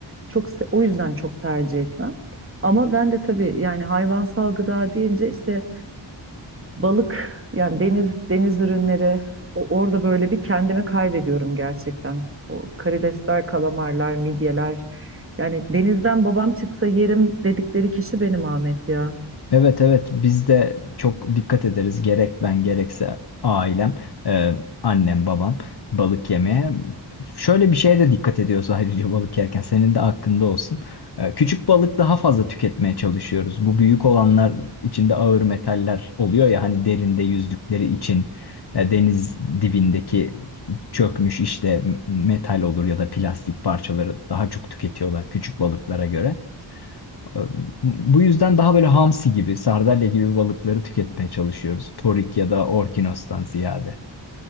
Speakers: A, on the right; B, on the left.
A: çok se- o yüzden çok tercih etmem. Ama ben de tabii yani hayvansal gıda deyince işte balık yani deniz deniz ürünleri o, orada böyle bir kendimi kaybediyorum gerçekten. O karidesler, kalamarlar, midyeler. Yani denizden babam çıksa yerim dedikleri kişi benim Ahmet ya.
B: Evet evet biz de çok dikkat ederiz gerek ben gerekse ailem e, annem babam balık yemeye. Şöyle bir şeye de dikkat ediyoruz <laughs> ayrıca balık yerken senin de hakkında olsun. E, küçük balık daha fazla tüketmeye çalışıyoruz. Bu büyük olanlar içinde ağır metaller oluyor ya hani derinde yüzdükleri için e, deniz dibindeki çökmüş işte metal olur ya da plastik parçaları daha çok tüketiyorlar küçük balıklara göre. Ee, Bu yüzden daha böyle hamsi gibi, sardalya gibi balıkları tüketmeye çalışıyoruz. Torik ya da orkinostan ziyade.